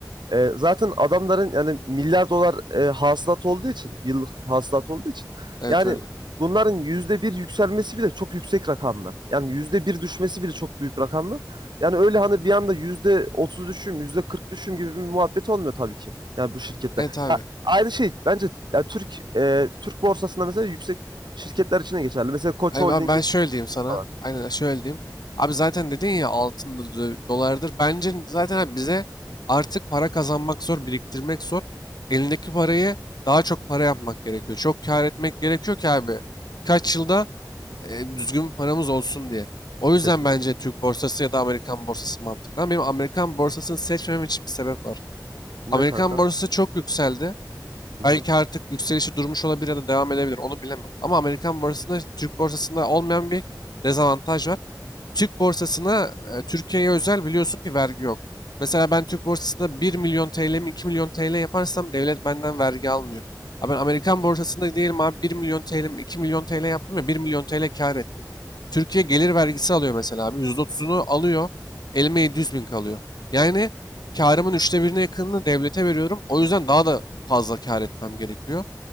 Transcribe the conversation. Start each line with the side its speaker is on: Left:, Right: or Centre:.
Right: e, zaten adamların yani milyar dolar e, hasılat olduğu için, yıllık hasılat olduğu için
Left: Evet
Right: yani
Left: öyle.
Right: bunların yüzde bir yükselmesi bile çok yüksek rakamlar. Yani yüzde bir düşmesi bile çok büyük rakamlar. Yani öyle hani bir anda yüzde otuz düşüm, yüzde kırk düşüm gibi bir muhabbet olmuyor tabii ki. Yani bu şirketler.
Left: Evet abi.
Right: Ya aynı şey bence ya Türk e, Türk borsasında mesela yüksek şirketler için de geçerli. Mesela Koç
Left: Ay-
Right: Holding'in
Left: abi ben şöyle
Right: şirketleri
Left: diyeyim sana.
Right: falan.
Left: Aynen şöyle diyeyim. Abi zaten dedin ya altındır, dö- dolardır. Bence zaten abi bize artık para kazanmak zor, biriktirmek zor. Elindeki parayı daha çok para yapmak gerekiyor. Çok kâr etmek gerekiyor ki abi. Kaç
Right: Hı hı,
Left: yılda e, düzgün paramız olsun diye. O yüzden
Right: kesinlikle.
Left: bence Türk borsası ya da Amerikan borsası mantıklı. Ama benim Amerikan borsasını seçmemem için bir sebep var.
Right: Ne
Left: Amerikan
Right: kanka?
Left: borsası çok yükseldi.
Right: Hı
Left: Belki
Right: hı,
Left: artık yükselişi durmuş olabilir ya da devam edebilir. Onu bilemem. Ama Amerikan borsasında Türk borsasında olmayan bir dezavantaj var. Türk borsasına e, Türkiye'ye özel biliyorsun ki vergi yok. Mesela ben
Right: Evet.
Left: Türk borsasında 1 milyon TL mi 2 milyon TL yaparsam devlet benden vergi almıyor. Ha ben Amerikan
Right: Evet.
Left: borsasında diyelim abi 1 milyon TL mi 2 milyon TL yaptım ya 1 milyon TL kar ettim. Türkiye
Right: Hı hı.
Left: gelir vergisi alıyor mesela abi %30'unu alıyor. Elime
Right: hı.
Left: 700 bin kalıyor. Yani Kârımın üçte birine yakınını devlete veriyorum. O yüzden daha da fazla kar etmem gerekiyor.